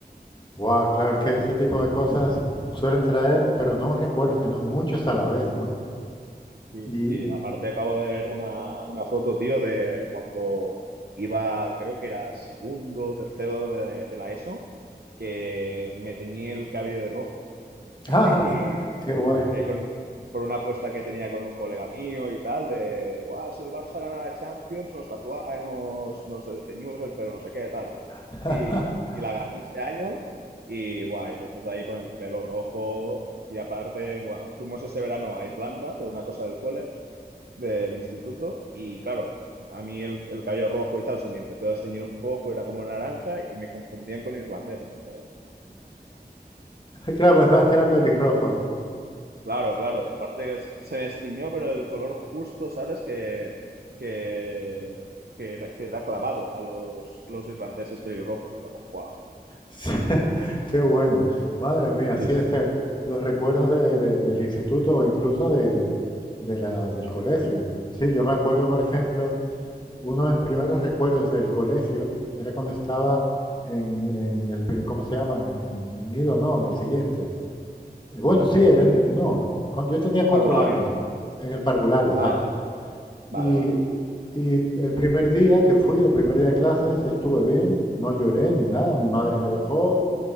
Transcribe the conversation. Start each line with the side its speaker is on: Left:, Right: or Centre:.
Left: Wow, claro, es que ese tipo de cosas suelen traer, pero no recuerdo, sino muchos a la vez, ¿no?
Right: Sí,
Left: Y,
Right: sí, aparte acabo de ver una, una foto, tío, de cuando iba, creo que era segundo, tercero de, de la ESO, que me teñí el cabello de rojo.
Left: <laughs>
Right: <laughs>
Left: ah, qué, qué guay.
Right: Y eh, con- por una apuesta que tenía con un colega mío y tal, de, guau, si el Barça gana la Champions, nos tatua, eh, nos, nos teñimos el pelo, no sé qué, tal.
Left: <laughs>
Right: Y, y la ganó este año y, guau, y los dos ahí con el pelo rojo. Y aparte, bueno, fuimos ese verano a Irlanda por una cosa del cole del instituto y claro, a mí el, el cabello rojo y tal se me empezó a desteñir un poco, era como naranja y me confundían con irlandés a mí, ¿sabes?
Left: Claro, pensabas
Right: Claro,
Left: que era pelirrojo, ¿no?
Right: claro, claro. y aparte es- se destiñó, pero del color justo, ¿sabes? Que, que, que, era, que era clavado a los, los irlandeses pelirrojos y era como guau.
Left: <laughs> Qué bueno.
Right: Bastante.
Left: Madre mía,
Right: Sí,
Left: sí
Right: sí.
Left: es que los recuerdos de- de- del instituto o incluso de, de la- del colegio. Sí, yo me acuerdo, por ejemplo, uno de mis primeros recuerdos del colegio era cuando estaba en, en el, pri- ¿cómo se llama? En, en- en Nido, no, en el siguiente. Eh, Bueno, sí, era en-
Right: En-
Left: eh, no, cuando yo tenía cuatro
Right: Parvulario.
Left: años, en el parvulario, exacto.
Right: Ah, vale,
Left: Y,
Right: vale.
Left: y el primer día que fui, el primer día de clases, estuve bien, no lloré ni nada, mi madre me dejó